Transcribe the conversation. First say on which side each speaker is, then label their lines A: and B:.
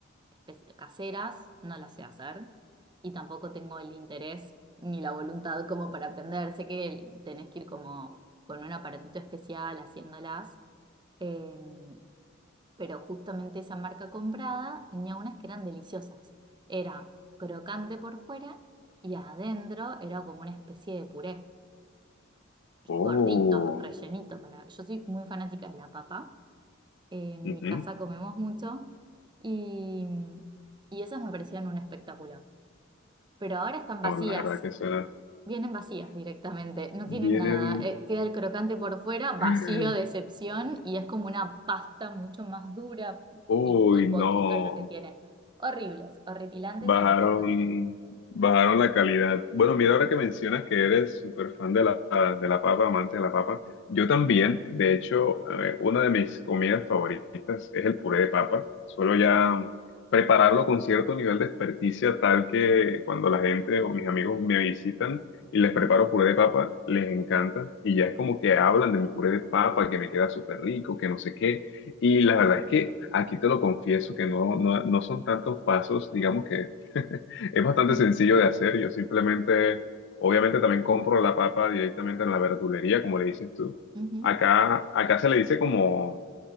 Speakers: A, on the right; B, on the left.
A: espe- caseras, no las sé hacer. Y tampoco tengo el interés ni la voluntad como para aprender. Sé que tenés que ir como con un aparatito especial haciéndolas. Em, pero justamente esa marca comprada tenía unas que eran deliciosas. Era crocante por fuera y adentro era como una especie de puré,
B: Oh.
A: gordito, rellenito para... Yo soy muy fanática de la papa, en
B: Wow,
A: mi casa comemos mucho y, y esas me parecían un espectáculo. Pero ahora están vacías.
B: la verdad que suena.
A: Vienen vacías directamente, no tienen
B: Vienen.
A: nada. Eh, queda el crocante por fuera, vacío
B: <laughs>
A: de excepción, y es como una pasta mucho más dura
B: Uy,
A: y, y poquito
B: no.
A: lo que tiene. Horribles, horripilantes,
B: Bajaron,
A: horripilantes.
B: bajaron la calidad. Bueno, mira, ahora que mencionas que eres súper fan de la, de la papa, amante de la papa, yo también, de hecho, eh, una de mis comidas favoritas es el puré de papa. Suelo ya prepararlo con cierto nivel de experticia, tal que cuando la gente o mis amigos me visitan y les preparo puré de papa, les encanta. Y ya es como que hablan de mi puré de papa, que me queda súper rico, que no sé qué. Y la verdad es que aquí te lo confieso, que no, no, no son tantos pasos, digamos que <laughs> Es bastante
A: <laughs>
B: sencillo de hacer. Yo simplemente, obviamente también compro la papa directamente en la verdulería, como le dices tú.
A: Ujú,
B: Acá, acá se le dice como